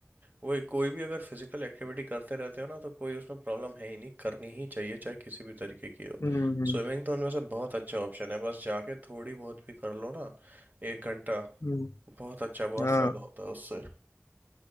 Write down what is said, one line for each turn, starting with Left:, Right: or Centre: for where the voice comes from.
Right: वही कोई भी अगर फिजिकल एक्टिविटी करते रहते हो ना तो कोई उसमें प्रॉब्लम है ही नहीं करनी ही चाहिए चाहे किसी भी तरीके की हो
Left: हम्म
Right: स्विमिंग तो उनमें से बहुत अच्छा ऑप्शन है बस जाके थोड़ी बहुत भी कर लो ना एक घंटा
Left: हम्म,
Right: बहुत अच्छा बहुत
Left: हाँ
Right: फायदा होता है उससे